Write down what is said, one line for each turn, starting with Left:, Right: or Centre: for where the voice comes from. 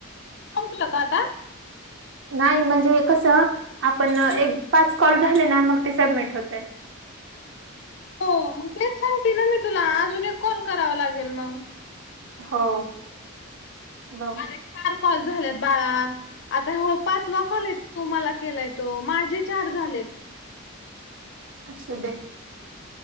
Left: संपलं का आता?
Right: <inaudible> नाही. म्हणजे कस, आपण एक, पाच कॉल झाले ना. मग ते सबमिट होतय.
Left: हो, मग तेच सांगते ना, मी तुला. अजून एक कॉल करावा लागेल मग.
Right: हो. ब.
Left: अरे चार कॉल झाल्यात बाळा. आता ह्यो, पाचवा कॉलय, तु मला केलाय तो. माझे चार झालेत.
Right: असू दे.